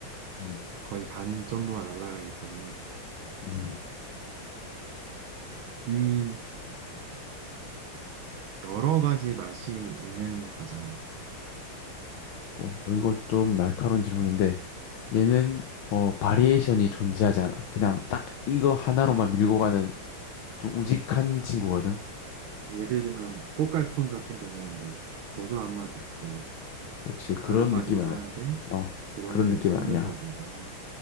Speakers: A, on the left (about 70°); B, on the right (about 75°).
A: 음,
B: 거의 반 정도가 날아가기 때문에
A: 음.
B: 자, 이게 여러 가지 맛이 있는 과자.
A: 어, 뭐 이거 좀 날카로운 질문인데 얘는 어 바리에이션이 존재하지 않아. 그냥 딱 이거 하나로만
B: 아,
A: 밀고 가는
B: 그러니까
A: 좀 우직한 친구거든.
B: 예를 들면 꽃갈콘 같은 경우는 뭐 고소한 맛 있고
A: 그렇지. 그런
B: 다른 맛
A: 느낌은
B: 있고
A: 아,
B: 하는데
A: 어.
B: 그런
A: 그런
B: 게
A: 느낌은
B: 없는
A: 아니야.
B: 과자다.